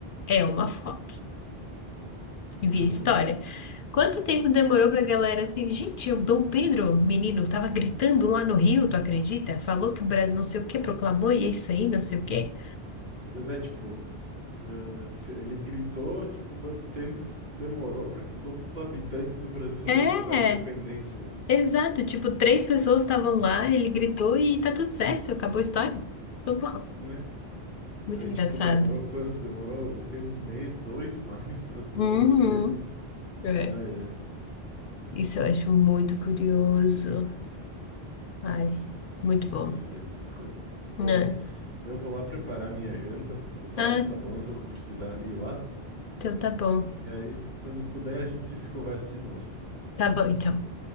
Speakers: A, on the left (about 60°); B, on the right (about 85°).
A: é uma foto. e via
B: Uhum.
A: história. Quanto tempo demorou pra galera assim, gente, o Dom Pedro, menino, tava gritando lá no Rio, tu acredita? Falou que o Brasil não sei o que proclamou e é isso aí, não sei o quê.
B: Pois é, tipo, eh, se- ele gritou, tipo, quanto tempo f- demorou para que todos os habitantes do Brasil soubessem
A: É,
B: que estava independente, né?
A: exato, tipo, três pessoas estavam lá, ele gritou e tá tudo certo, acabou a história. Tudo bom.
B: Né?
A: Muito
B: Aí,
A: engraçado.
B: tipo, demorou quanto? Demorou, o quê? Um mês, dois <laughs> mais para as pessoas
A: Uhum.
B: saberem, né?
A: É,
B: Ah, é.
A: isso eu acho muito curioso. Ai, muito
B: É interessante
A: bom.
B: essas coisas.
A: Né?
B: Bom, eu vou lá preparar minha janta. O papo
A: Ah,
B: tá bom, mas eu vou precisar ir lá.
A: então tá bom.
B: E aí, quando puder, a gente se conversa de novo.
A: Tá bom, então.